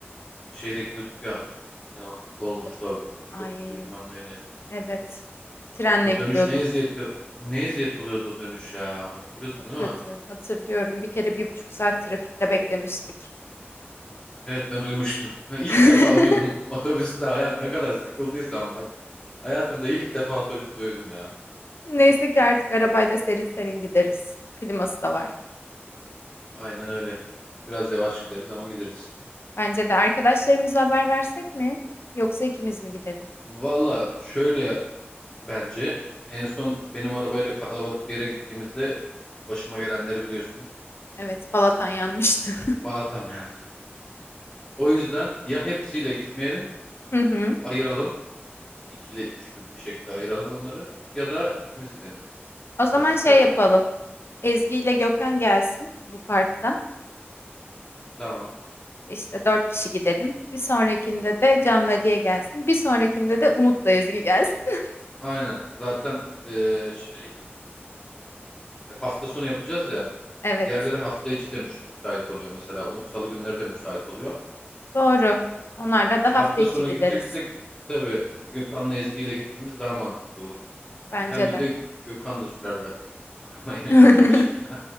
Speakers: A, on the left; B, on the left.
A: şeyle gidiyorduk ya. Ne o? Dolmuşla,
B: O-
A: otobüsle
B: Ay,
A: bilmem neyle.
B: evet. Trenle
A: O
B: gidiyorduk.
A: dönüş ne eziyeti ne eziyet oluyordu o dönüş ya. Hatırlıyorsun
B: Çok
A: değil
B: kötü.
A: mi?
B: Hatırlıyorum. Bir kere bir buçuk saat trafikte beklemiştik.
A: Evet ben uyumuştum. <laughs> İlk
B: <laughs>
A: defa uyudum. <laughs> Otobüste hayat ne kadar sıkıldıysam bak. Hayatımda ilk defa otobüste uyudum ya.
B: Neyse ki artık arabayla serin serin gideriz. Kliması da var.
A: Aynen öyle. Biraz yavaş gideriz ama gideriz.
B: Bence de arkadaşlarımıza haber versek mi? Yoksa ikimiz mi gidelim?
A: Valla şöyle bence. En son benim arabayla kalabalık bir yere gittiğimizde başıma gelenleri biliyorsun.
B: Evet, Balatan yanmıştı.
A: Malatam yani. O yüzden ya hepsiyle gitmeyelim,
B: <laughs> Hı hı.
A: ayıralım. İkili, üçlü bir şekilde ayıralım onları. Ya da ikimiz gidelim.
B: O zaman
A: Nasıl istersen.
B: şey yapalım. Ezgi ile Gökhan gelsin bu parkta.
A: Tamam.
B: İşte dört kişi gidelim. Bir sonrakinde de Canlı Ali'ye gelsin. Bir sonrakinde de Umut'la Ezgi gelsin. <laughs>
A: Aynen. Zaten eee, şey e, hafta sonu yapacağız ya.
B: Evet,
A: Diğerleri hafta içi de müş- müsait oluyor mesela. Umut Salı günleri de müsait oluyor.
B: doğru. Onlarla da hafta
A: Hafta
B: içi
A: sonu
B: gideriz.
A: gideceksek tabii Gökhan'la Ezgi ile gitmemiz daha mantıklı olur.
B: Bence
A: Hem bir
B: de.
A: de Gökhan da sürer belki. Arabayı
B: <laughs>
A: <laughs> o çok içmiyor.